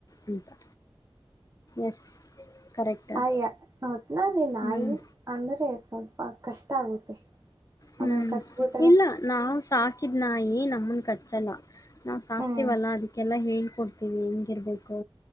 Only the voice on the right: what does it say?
ಅಯ್ಯ ಒಟ್ನಲ್ಲಿ ನಾಯಿ
ಅಂದ್ರೆ ಸ್ವಲ್ಪ ಕಷ್ಟ ಆಗುತ್ತೆ.
ಆಮೇಲೆ ಕಚ್ಬಿಟ್ರೆ
ಹ್ಮ್